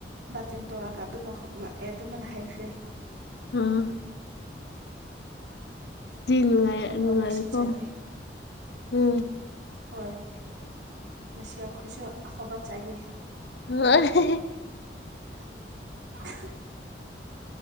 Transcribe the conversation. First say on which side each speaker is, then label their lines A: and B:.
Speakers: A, on the right; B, on the left.
A: ꯕꯥꯆꯤꯟ ꯇꯧꯣꯔꯒ ꯑꯗꯨꯒ ꯂꯥꯛꯑꯦ ꯑꯗꯨꯃꯥꯏꯅ ꯍꯥꯏꯈ꯭ꯔꯦ
B: ꯑꯝ ꯅꯨꯡꯉꯥꯏ
A: ꯑꯍꯣꯕ
B: ꯅꯨꯡꯉꯥꯏꯔꯦꯀꯣ
A: ꯃꯁꯤꯁꯤꯠꯆꯒꯦ
B: ꯎꯝ
A: ꯍꯣꯏ ꯉꯁꯤ ꯑꯩꯈꯣꯏꯁꯨ ꯑꯍꯧꯕ ꯆꯥꯏꯌꯦ
B: ꯑ
A: <unintelligible>